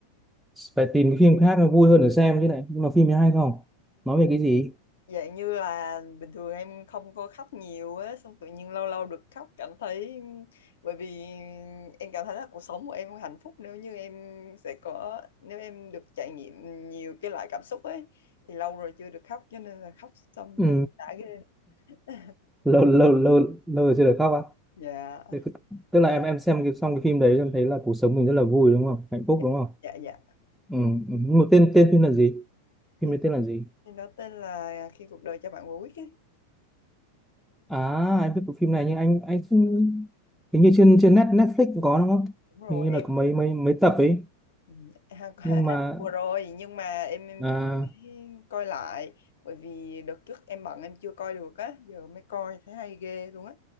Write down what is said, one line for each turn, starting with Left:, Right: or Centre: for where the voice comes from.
Centre: phải tìm cái phim khác nó vui hơn để xem chứ này nhưng mà phim này hay không nói về cái gì
Left: dạng như là bình thường em không có khóc nhiều á, xong tự nhiên lâu lâu được khóc cảm thấy... Bởi vì em cảm thấy là cuộc sống của em không hạnh phúc nếu như em sẽ có... Nếu em được trải nghiệm nhiều cái loại cảm xúc ấy, thì lâu rồi chưa được khóc, cho nên là khóc xong
Centre: ừ.
Left: thấy đã ghê. <laughs>
Centre: <laughs> lâu lâu lâu lâu rồi chưa được khóc á
Left: Dạ,
Centre: Thế cứ- tức là em em xem cái, xong cái phim đấy em thấy là cuộc sống mình rất là vui đúng không hạnh phúc
Left: dạ,
Centre: đúng không
Left: dạ. dạ.
Centre: ừ. ừ. Nhưng mà tên tên phim là gì phim
Left: Phim,
Centre: đấy tên là gì
Left: phim đó tên là Khi cuộc đời cho bạn quả quýt ấy.
Centre: à anh biết bộ phim này nhưng anh anh không- hình như trên trên net Netflix cũng có đúng không
Left: Đúng rồi,
Centre: hình như
Left: em
Centre: là có mấy mấy mấy tập ấy
Left: Ừ, à, có
Centre: nhưng
Left: hết
Centre: mà
Left: vừa rồi nhưng mà em em
Centre: à,
Left: vừa mới coi lại bởi vì đợt trước em bận em chưa coi được á giờ mới coi thấy hay ghê luôn á